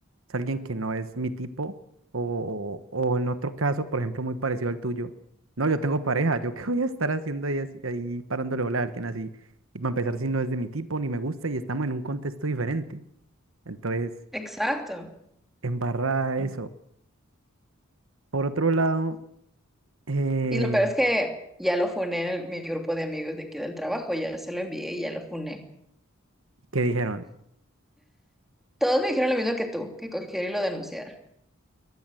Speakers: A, on the right; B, in the centre.
A: es alguien que no es mi tipo. O, o, o en otro caso, por ejemplo, muy parecido al tuyo. No, yo tengo pareja, ¿yo <laughs> qué voy a estar haciendo ahí, así- ahí parándole bola a alguien así? Y para empezar, si no es de mi tipo, ni me gusta, y estamos en un contexto diferente. Entonces...
B: Exacto.
A: Embarrada
B: Mm.
A: eso. Por otro lado, eh,
B: Y lo peor es que ya lo funé en el- mi grupo de amigos de aquí del trabajo, ya se lo envié y ya lo funé.
A: ¿qué dijeron?
B: Todos me dijeron lo mismo que tú, que cogiera y lo denunciara.